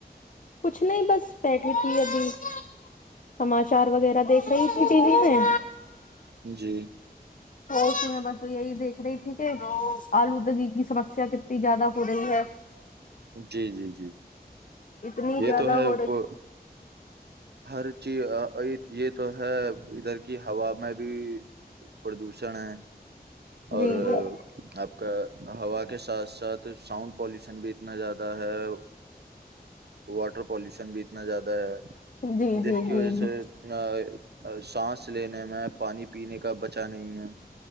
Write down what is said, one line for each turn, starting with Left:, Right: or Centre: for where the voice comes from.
Left: کچھ نہیں بس پیک ہی تھی ابھی سماچار وغیرہ دیکھ رہی تھی ٹی وی میں
Right: جی
Left: تو تمہیں بس یہی دیکھ رہی تھی کہ آلوود کی کی سمسیا ک زیادہ ہو رہی ہے
Right: جی جی جی
Left: اتنی
Right: یہ
Left: زیادہ
Right: تو ہے
Left: ہو رک
Right: وہ ہر چیز یہ تو ہے ادھر کی ہوا میں بھی پردوشن ہے اور
Left: جی جی
Right: آپ کا ہوا کے ساتھ ساتھ ساؤنڈ پالوشن بھی اتنا زیادہ ہے واٹر پالوشن بھی اتنا زیادہ ہے
Left: جی
Right: جس
Left: جی
Right: کی
Left: جی
Right: وجہ سے
Left: جی
Right: سانس لینے میں پانی پانی پینے کا بچا نہیں ہے